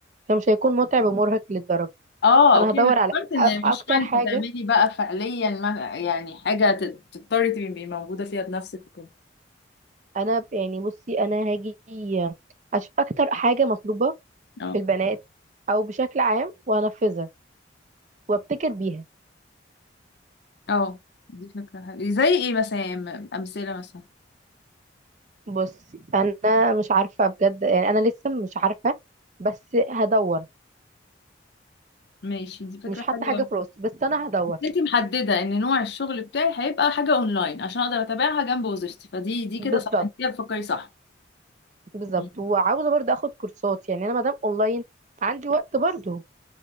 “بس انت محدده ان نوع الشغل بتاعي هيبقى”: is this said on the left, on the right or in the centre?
Left